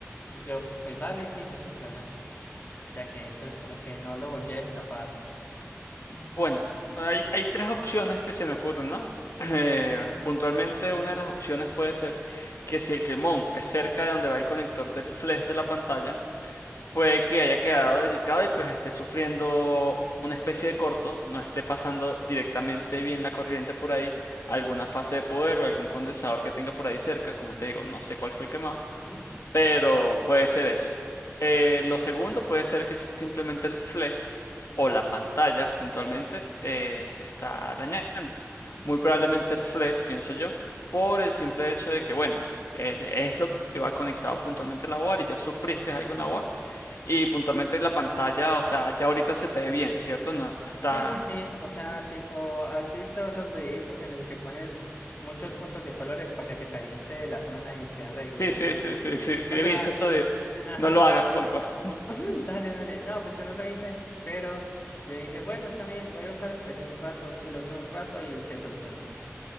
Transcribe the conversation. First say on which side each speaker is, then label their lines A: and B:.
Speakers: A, on the left; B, on the left.
A: Y yo, pues dale, sí, ya funciona. Ya que entonces como que no lo volví a destapar.
B: Bueno, hay, hay tres opciones que se me ocurren, ¿no? Eh, puntualmente una de las opciones puede ser que si el quemón es cerca de donde va el conector del flash de la pantalla, Puede que haya quedado delicado y pues esté sufriendo una especie de corto, no esté pasando directamente bien la corriente por ahí, alguna fase de poder o algún condensador que tenga por ahí cerca, como te digo, no sé cuál fue el quemado,
A: Ujú.
B: pero puede ser eso. Eh, lo segundo puede ser que simplemente el flex o la pantalla puntualmente eh, se está dañando. Muy probablemente el flex, pienso yo, por el simple hecho de que, bueno, el- es lo que va conectado puntualmente a la board y ya sufriste algo en la board y puntualmente la pantalla, o sea, ya ahorita se te ve bien, ¿cierto? No está...
A: Sí, sí, sí, o sea, tipo, ¿has visto esos videitos en el que ponen muchos puntos de colores para que se caliente la zona y se arregle?
B: Sí, sí, sí, sí, sí, sí,
A: O sea,
B: viste eso de...
A: ajá.
B: No lo hagas, compa.
A: <laughs> Dale, dale. No, pues yo no lo hice, pero yo dije, bueno, está bien, voy a usar el PC un rato y lo usé un rato y se solucionó.